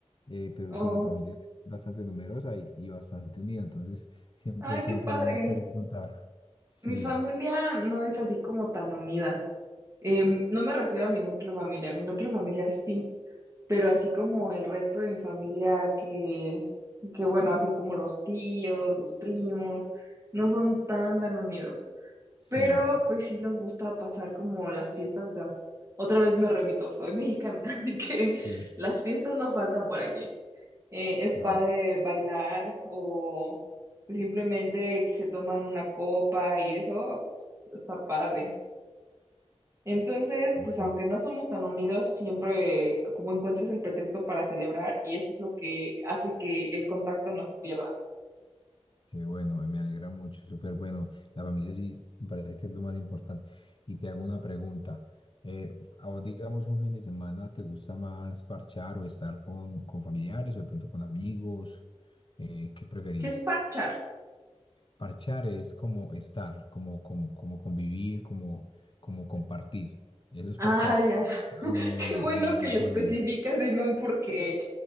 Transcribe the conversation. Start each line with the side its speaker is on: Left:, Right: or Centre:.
Left: eh, pero
Right: Oh,
Left: sí, mi familia es bastante numerosa y, y bastante unida, entonces siempre,
Right: ay,
Left: siempre
Right: qué padre.
Left: hay una historia que contar. Sí,
Right: Mi familia no es así como tan unida. Em, no me refiero a mi núcleo familiar. Mi núcleo familiar sí. Pero así como el resto de mi familia, que, que bueno, así como los tíos, los primos, no son tan, tan unidos.
Left: sí,
Right: Pero pues sí nos gusta pasar como las fiestas, o sea, otra vez me remito, soy mexicana, <laughs> así que
Left: sí,
Right: las fiestas no faltan por aquí. Eh, es
Left: claro.
Right: padre bailar o simplemente que se toman una copa y eso, está padre. Entonces,
Left: Bueno.
Right: pues aunque no somos tan unidos, siempre como encuentras el pretexto para celebrar y eso es lo que hace que el contacto no se pierda.
Left: Qué bueno, me alegra mucho, súper bueno. La familia sí me parece que es lo más importante. Y te hago una pregunta. eh, ¿a vos, digamos, un fin de semana te gusta más parchar o estar con, con familiares o de pronto con amigos? Eh, ¿qué preferís?
Right: ¿Qué es parchar?
Left: Parchar es como estar, como, como, como convivir, como, como compartir. Eso es
Right: Ah,
Left: parchar,
Right: ya.
Left: pero
Right: <laughs>
Left: como
Right: Qué
Left: en
Right: bueno
Left: Medellín,
Right: que lo
Left: Colombia.
Right: especificas, Simón, porque